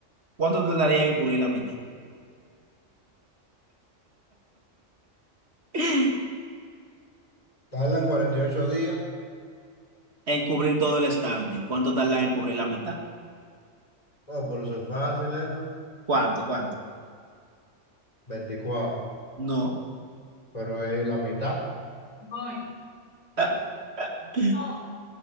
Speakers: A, on the right; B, on the left.
A: ¿Cuánto tardarían en cubrir la mitad? <gasps> <laughs>
B: tardan 48 días.
A: En cubrir todo el estanque. ¿Cuánto tardan en cubrir la mitad?
B: No, pero eso es fácil eso.
A: ¿Cuánto? ¿Cuánto?
B: veinticuatro
A: No.
B: pero es la mitad. Voy.
A: <laughs>
B: No,